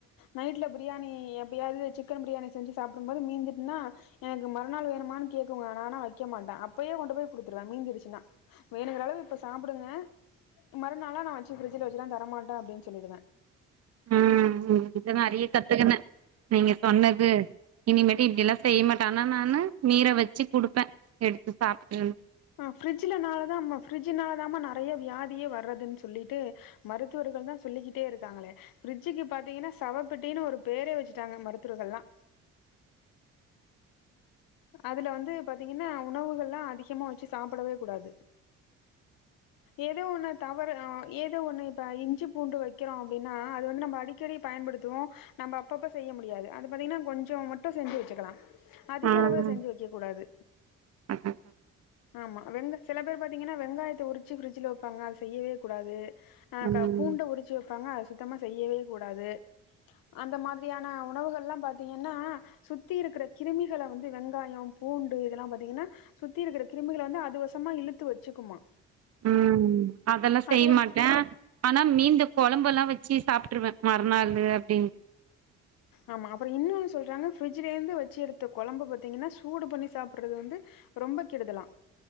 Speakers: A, on the left (about 75°); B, on the right (about 45°).
A: நைட்ல பிரியாணி எப்பயாது சிக்கன் பிரியாணி செஞ்சி சாப்புடும்போது மீந்துட்னா எனக்கு மறுநாள் வேணமான் கேக்குங்க நானா வக்க மாட்ட அப்பயே கொண்டு போய் குடுத்துருவ மீந்திடுச்சுனா வேணுங்குற அளவு இப்ப சாப்டுங்க மறுநாளா நாவச்சி ஃப்ரிஜில வச்சுல்லா தரமாட்ட அப்டின் சொல்லிடுவ
B: ம் ம் கிட்ட ப நெறைய கத்துகுன நீங்க சொன்னது இனிமேட்டு இப்டில்லா செய்ய மாட்ட ஆனா நானு மீர வச்சி குடுப்ப எடுத்து சாப்ட்ரு
A: ஆ ஃப்ரிட்ஜலனால நாலாதாமா ஃப்ரிட்ஜனாலதாமா நறையா வியாதியே வர்றதுன் சொல்லிட்டு மருத்துவர்கள் தா சொல்லிக்கிட்டே இருக்காங்களே பிரரிட்ஜுக்கு பாத்தீங்கன்னா சவ பெட்டின்னு ஒரு பேரே வச்சிட்டாங்க மருத்துவர்கள்லா அதுல வந்து பாத்தீங்கன்னா உணவுகள்ல்லா அதிகமா வச்சி சாப்டவே கூடாது ஏதோ ஒண்ணு தவறு அ ஏதோ ஒண்ணு இப்ப இஞ்சி பூண்டு வக்கிறோ அப்டின்னா அது வந்து நம்ப அடிக்கடி பயன்படுத்துவோ நம்ப அப்பப்ப செய்ய முடியாது அது பாத்தீங்ன்னா கொஞ்சோ மட்டு செஞ்சு வச்சுக்கலா
B: ஆ
A: களவு செஞ்சி வக்க கூடாது
B: அதா
A: ஆமா வெங்க சில பேர் பாத்தீங்கன்னா வெங்காயத்த உரிச்சி பிரஃட்ஜில வைப்பாங்க அத செய்யவே கூடாது அ
B: ம்
A: க பூண்ட உரிச்சு வைப்பாங்க அத சுத்தமா செய்யவே கூடாது அந்த மாதிரியான உணவுகள்லா பாத்தீங்கன்னா சுத்தி இருக்கிற கிருமி கள வந்து வெங்காய பூண்டு இதெல்லா பாத்தீங்கன்னா சுத்தி இருக்குற கிருமிகள வந்து அதுவசமா இழுத்து வச்சுக்குமா
B: ம் அதல்லா செய்
A: அது வந்து
B: மாட்ட ஆனா மீந்த கொழம்பல்லா வச்சு சாப்ட்டுருவ மறுநாள் அப்டின்னு
A: ஆமா அப்புறம் இன்னுமே சொல்றாங்க ஃப்ரிட்ஜலருந்து வச்சி எடுத்த குழம்பு பார்த்தீங்கன்னா சூடு பண்ணி சாப்பிடறது வந்து ரொம்ப கெடுதலா